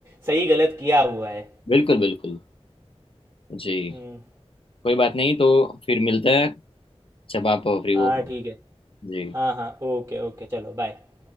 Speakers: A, on the right; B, on the left.
A: सही गलत किया हुआ है
B: बिल्कुल बिल्कुल जी
A: हम्म
B: कोई बात नहीं तो फिर मिलते हैं जब आप फ्री हो
A: हाँ ठीक है
B: जी
A: हाँ हाँ ओके ओके चलो बाय